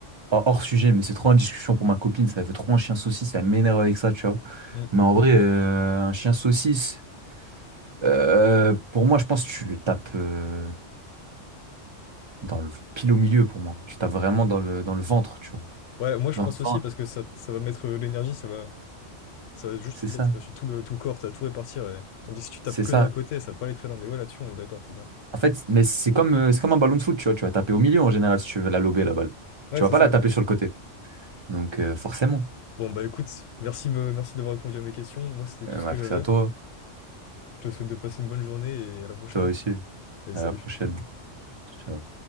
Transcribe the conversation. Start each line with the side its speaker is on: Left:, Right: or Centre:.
Right: hors hors sujet, mais c'est trop une discussion pour ma copine. Ça fait trop un chien saucisse, ça m'énerve avec ça, tu vois.
Left: Mm.
Right: Mais en vrai, euh, un chien saucisse, euh, pour moi, je pense que tu lui tapes euh, dans le pile au milieu pour moi. Tu tapes vraiment dans le, dans le ventre, tu vois.
Left: Ouais, moi je
Right: Dans
Left: pense
Right: le
Left: aussi,
Right: ventre,
Left: parce que ça, ça va mettre euh, l'énergie, ça va, ça va juste
Right: c'est
Left: mettre
Right: ça.
Left: sur tout le, tout le corps, t'as tout répartir, et- tandis que si tu tapes
Right: C'est ça.
Left: que d'un côté, ça va pas aller très loin, mais ouais, là-dessus on est d'accord, c'est bien.
Right: En fait, mais c'est comme, euh, c'est comme un ballon de foot, tu vois. Tu vas taper au milieu en général si tu veux la lober, la balle.
Left: Ouais,
Right: Tu
Left: c'est
Right: vas pas
Left: ça.
Right: la taper sur le côté. Donc, euh, forcément.
Left: Bon, bah écoute, merci, euh, merci d'avoir répondu à mes questions, moi c'était tout
Right: Euh,
Left: ce
Right: merci
Left: que j'avais,
Right: à toi.
Left: je te souhaite de passer une bonne journée et à la prochaine.
Right: Toi aussi.
Left: Allez,
Right: À
Left: salut.
Right: la prochaine. Ciao.